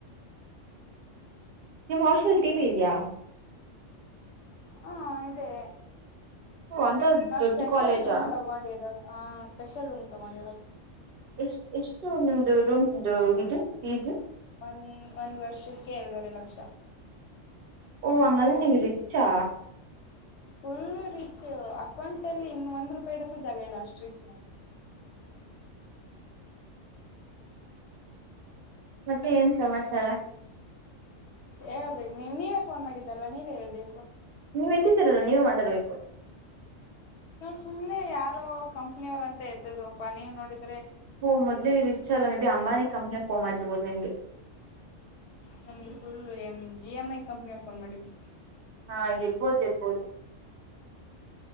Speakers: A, on the right; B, on the left.
A: ನಿಮ್ಮ ಹಾಸ್ಟ್ಲಲ್ ಟಿವಿ ಇದ್ಯಾ
B: ಹ್ಮ್ ಇದೆ
A: ಅಂತ
B: ನಾವು
A: ದೊಡ್ಡ
B: ಸ್ಪೆಷಲ್
A: ಕಾಲೇಜಾ
B: ರೂಮ್ ತಗೊಂಡಿರೋ ಆ ಸ್ಪೆಷಲ್ ರೂಮ್ ತಗೊಂಡಿರೋದು
A: ಎಷ್ ಎಷ್ಟು ನಿಮ್ದು ರೂಮ್ದು ಇದು ಪಿ ಜಿ
B: ಒಂದ್ ಒಂದ್ ವರ್ಷಕ್ಕೆ ಎರಡೂವರೆ ಲಕ್ಷ.
A: ಓ ಆಂಗಾದ್ರೆ ನೀವ್ ರಿಚ್ಚಾ
B: ಫುಲ್ ರಿಚ್ ಅಕೌಂಟ್ ಅಲ್ಲಿ ಇನ್ನು ಒಂದ್ ರೂಪಾಯಿ ಇಡಕ್ಕು ಜಾಗ ಇಲ್ಲ ಅಷ್ಟ ರಿಚ್ ನಾವು.
A: ಮತ್ತೆ ಏನ್ ಸಮಾಚಾರ.
B: ಹೇಳ್ಬೇಕು ನೀವು ನೀವೇ ಫೋನ್ ಮಾಡಿದ್ದಲ್ಲ ನೀವೇ ಹೇಳ್ಬೇ
A: ನೀವ್ ಹೆಚ್ಚಿದ್ದೀರಲ್ಲ ನೀವು ಮಾತಾಡ್ಬೇಕು.
B: ನಾ ಸುಮ್ಮನೆ ಯಾರೋ ಕಂಪ್ನಿ ಅವ್ರು ಅಂತ ಎತ್ತಿದ್ವಪ್ಪಾ ನೀವ್ ನೋಡಿದ್
A: ಹ ಮೊದಲೆ ಇವ್ ರೀಚಲ್ಲ ಮೇ ಬಿ ಅಂಬಾನಿ ಕಂಪ್ನಿಸ್ ಮಾಡಿರ್ಬೋದು ನಿಮ್ಗೆ.
B: ನಮ್ದ ಫುಲ್ ಎಮ ಇ ಎಮ್ ಐ ಕಂಪನಿಯವ್ರು ಫೋನ್ ಮಾಡಿದ್ರು.
A: ಹಾ ಇರ್ಬೋದ್ ಇರ್ಬೋದು.